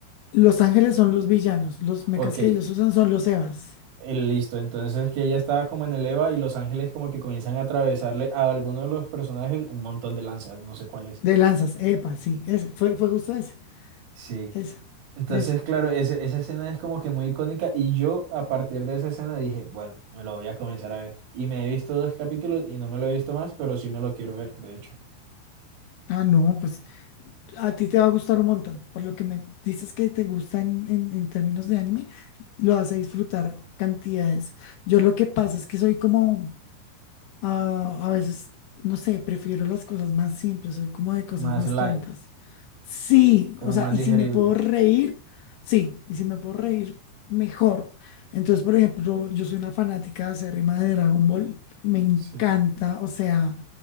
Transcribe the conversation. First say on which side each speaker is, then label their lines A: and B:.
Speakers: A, on the left; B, on the right.
A: Los ángeles son los villanos. Los mechas
B: Ok,
A: que
B: eh,
A: ellos usan son los Evas.
B: listo, entonces que ella estaba como en el Eva y los ángeles como que comienzan a atravesarle a alguno de los personajes un montón de lanzas, no sé cuál es.
A: De lanzas. Epa, sí. Ese, fue, fue justo ese.
B: Sí.
A: Esa.
B: Entonces,
A: Esa.
B: claro, ese- esa escena es como que muy icónica y yo a partir de esa escena dije, bueno, me lo voy a comenzar a ver. Y me he visto dos capítulos y no me lo he visto más, pero sí me lo quiero ver, de hecho.
A: Ah, no, pues a ti te va a gustar un montón. Por lo que me dices que te gusta en, en en términos de anime, lo vas a disfrutar cantidades. Yo lo que pasa es que soy como. Ah, a veces, no sé, prefiero las cosas más simples, soy como de cosas
B: Más
A: más
B: light,
A: tontas. Sí,
B: como
A: o sea,
B: más
A: y
B: digerible.
A: si me puedo reír, sí, y si me puedo reír, mejor. Entonces, por ejemplo, yo soy una fanática acérrima de Dragon Ball, me encanta,
B: Sí,
A: o sea,